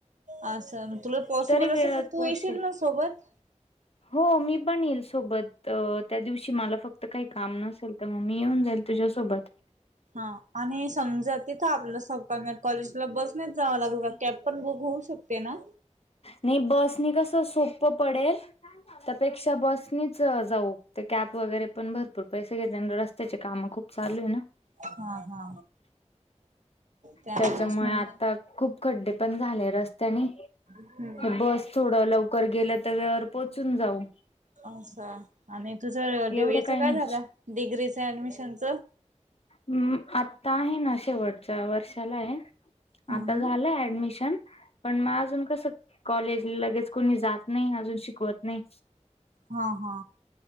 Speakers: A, on the right; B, on the left.
A: असं तुला पॉसिबल
B: तरी वेळात
A: असंल तर तू
B: पोहोचशील.
A: येशील ना सोबत.
B: हो मी पण येईल सोबत त्या दिवशी मला फक्त काही काम नसेल. मग मी येऊन जाईल तुझ्यासोबत.
A: हा आणि समजा तिथं आपलं सरकार कॉलेजला बसनेच जावं लागल का, कॅब पण बुक होऊ शकते ना.
B: नाही बसनी कसं सोपं पडेल. त्यापेक्षा बसनीच जाऊ. ते कॅब वगैरे पण भरपूर पैसे घेतले आणि रस्त्याची कामं खूप चालू आहे ना.
A: हा हा. त्यामुळेच
B: त्याच्यामुळे
A: म्हणलं
B: आता खूप खड्डे पण झाले रस्त्याने.
A: हम्म.
B: बस थोडं लवकर गेलं तर वेळेवर पोहचून जाऊ.
A: अच्छा. आणि तुझं
B: एवढं
A: डी वाय
B: काही
A: च काय
B: नाही
A: झालं डिग्रीच ऍडमिशनच?
B: हम आता आहे ना. शेवटच्या वर्षाला आहे
A: हम्म
B: आता
A: हम्म.
B: झालंय ऍडमिशन. पण मग अजून कस कॉलेज लगेच कोणी जात नाही. अजून शिकवत नाही.
A: हा हा.